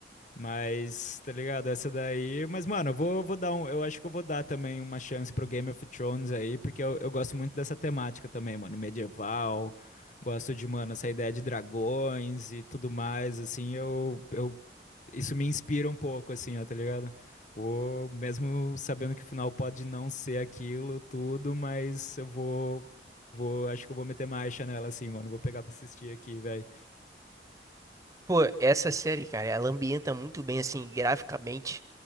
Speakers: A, on the left; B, on the right.
A: Mas, tá ligado? Essa daí. Mas, mano, eu vou, vou dar um. Eu acho que eu vou dar também uma chance pro Game of Thrones aí, porque eu, eu gosto muito dessa temática também, mano. Medieval, gosto de, mano, essa ideia de dragões e tudo mais, assim, eu, eu... isso me inspira um pouco, assim, ó, tá ligado? Ou mesmo sabendo que o final pode não ser aquilo, tudo, mas eu vou. Vou, acho que eu vou meter marcha nela, assim, mano. Vou pegar pra assistir aqui, velho.
B: Pô, essa série, cara, ela ambienta muito bem, assim, graficamente